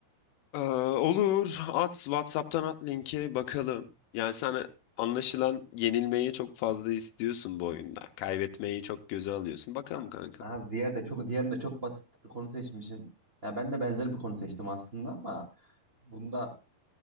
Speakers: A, on the left; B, on the right.
A: Ee, olur. At WhatsApp'tan at linki bakalım. Yani sen anlaşılan yenilmeyi çok fazla istiyorsun bu oyunda. Kaybetmeyi çok göze alıyorsun. Bakalım
B: Ha,
A: kanka.
B: Abi diğer de çok diğerinde de çok basit bir konu seçmişsin. Ya ben de benzer bir konu seçtim aslında ama bunda